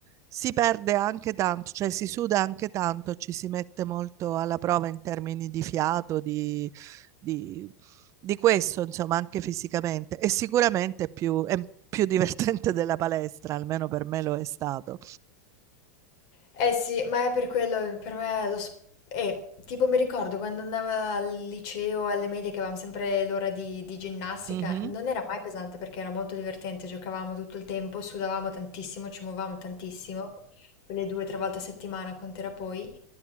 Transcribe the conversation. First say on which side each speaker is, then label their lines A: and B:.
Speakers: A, on the right; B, on the left.
A: si perde anche tanto, cioè si suda anche tanto, ci si mette molto alla prova in termini di fiato, di, di- di questo, insomma, anche fisicamente. E sicuramente è più, è più divertente della palestra, almeno per me lo è stato.
B: Eh sì, ma è per quello, per me lo... s- Eh, tipo mi ricordo quando andavo al liceo, alle medie, che avevamo sempre l'ora di, di ginnastica,
A: Mhm.
B: non era mai pesante perché era molto divertente, giocavamo tutto il tempo, sudavamo tantissimo, ci muovevamo tantissimo, quelle due o tre volte a settimana, quant'era poi,